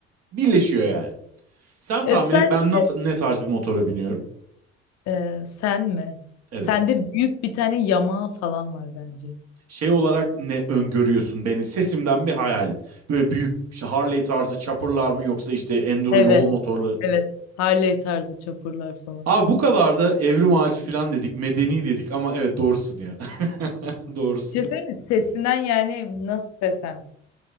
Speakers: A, on the right (about 45°); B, on the left (about 50°).
A: birleşiyor yani. Sen tahmin
B: E sence
A: et ben nat- ne tarz bir motora biniyorum?
B: e, sen mi?
A: Evet.
B: Sende büyük bir tane yamağı falan var bence.
A: Şey olarak ne öngörüyorsun beni? Sesimden bir hayal et. Böyle büyük işte Harley tarzı chopper'lar mı yoksa işte enduro
B: Evet,
A: yol motorları.
B: evet. Harley tarzı çapurlar falan.
A: Abi bu kadar da evrim ağacı falan dedik, medeni dedik ama evet doğrusun ya. <laughs> Doğrusun.
B: Bir şey söyleyeyim mi? Sesinden yani nasıl desem?